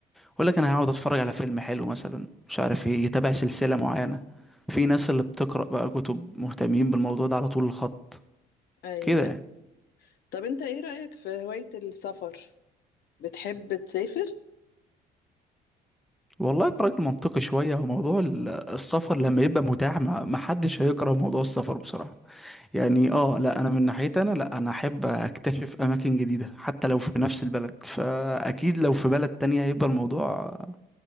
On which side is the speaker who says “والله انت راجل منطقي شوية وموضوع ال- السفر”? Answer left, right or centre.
Centre